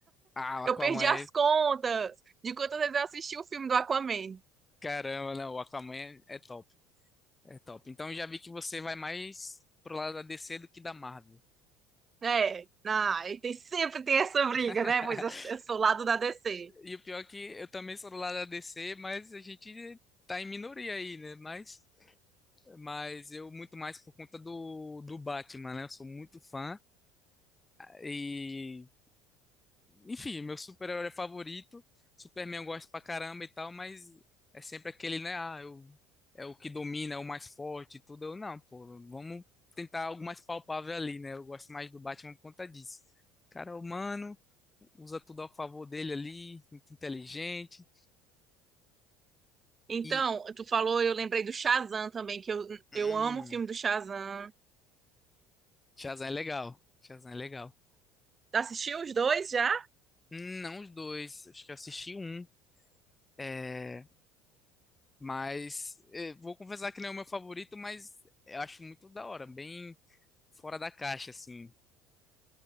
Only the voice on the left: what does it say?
Ah,
Aquaman
é
Caramba, não, o Aquaman é é top. É top. Então já vi que você vai mais pro lado da DC do que da Marvel.
<laughs>
E o pior é que eu também sou do lado da DC, mas a gente tá em minoria aí, né? Mas, mas eu muito mais por conta do, do Batman, né? Eu sou muito fã e Enfim, meu super-herói favorito. Superman eu gosto pra caramba e tal, mas é sempre aquele, né? Ah, eu, é o que domina, é o mais forte e tudo. Eu, não, pô, vamos tentar algo mais palpável ali, né? Eu gosto mais do Batman por conta disso. O Cara, é humano, usa tudo ao favor dele ali, muito inteligente.
E.
Hum,
Shazam é legal. Shazam é legal.
Hum, Não os dois, acho que eu assisti um. É, mas é, vou confessar que não é o meu favorito, mas eu acho muito da hora, bem fora da caixa, assim.